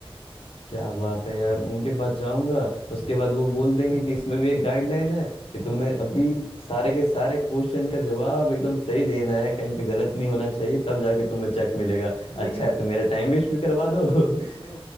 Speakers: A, on the left; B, on the right.
A: क्या बात है यार उनके पास जाऊंगा उसके
B: हम्म,
A: बाद वो बोल देंगे कि इसमें भी एक गाइडलाइन है कि
B: हम्म,
A: तुम्हें अभी सारे के सारे क्वेश्चन का जवाब एकदम सही देना है कहीं
B: हम्म।
A: पे गलत नहीं होना चाहिए तब जाके तुम्हें चेक मिलेगा
B: लेकिन
A: अच्छा है तो मेरा टाइम वेस्ट भी करवा
B: सुनो
A: दो <laughs>
B: सुनो